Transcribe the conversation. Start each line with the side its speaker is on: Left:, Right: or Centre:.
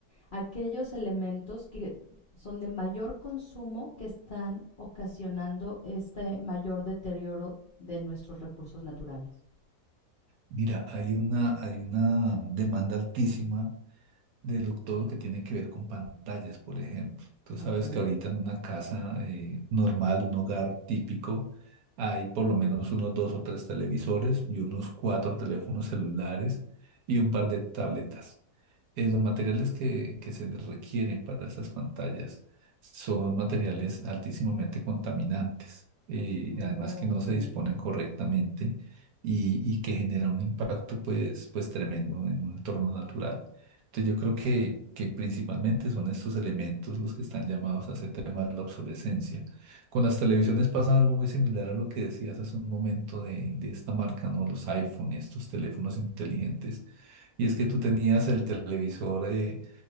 Left: aquellos elementos que son de mayor consumo que están ocasionando este mayor deterioro de nuestros recursos naturales.
Right: Mira, hay una, hay una demanda altísima de lo- todo lo que tiene que ver con pantallas, por ejemplo. Tú sabes
Left: Ok.
Right: que ahorita en una casa eh, normal, un hogar típico, hay por lo menos unos dos o tres televisores y unos cuatro teléfonos celulares y un par de tabletas eh, los materiales que, que se requieren para esas pantallas son materiales altísimamente contaminantes, eh,
Left: Oh,
Right: además que no
Left: ok.
Right: se disponen correctamente y, y que generan un impacto pues, pues tremendo en un entorno natural. Entonces yo creo que, que principalmente son estos elementos los que están llamados a ese tema de la obsolescencia. Con las televisiones pasa algo muy similar a lo que decías hace un momento de, de esta marca, ¿no? Los iPhone y estos teléfonos inteligentes y es que tú tenías el televisor eh,